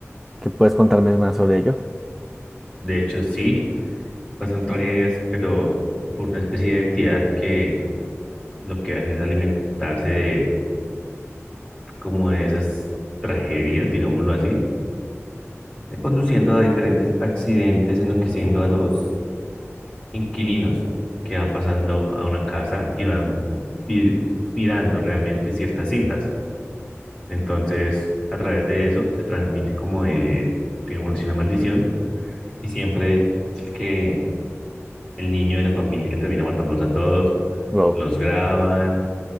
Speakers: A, in the centre; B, on the left.
A: ¿Qué puedes contarme más sobre ello?
B: De hecho, sí, pasan tragedias, pero por una especie de entidad que lo que hace es alimentarse de como de esas tragedias, digámoslo así, eh, conduciendo a diferentes accidentes, enloqueciendo a los inquilinos que van pasando a una casa y van vi- mirando realmente ciertas cintas. Entonces, a través de eso se transmite como de, digamos, una maldición y siempre es el que el niño de la familia que termina matándolos a todos,
A: Wow.
B: los graban,